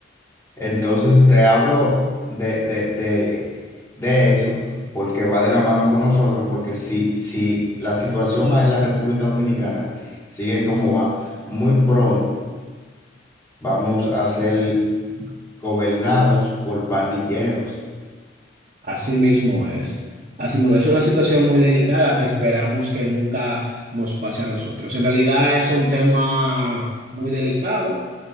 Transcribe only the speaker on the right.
Así mismo es. Así mismo es una situación muy delicada que esperamos que nunca nos pase a nosotros. En realidad, eso es un tema muy delicado,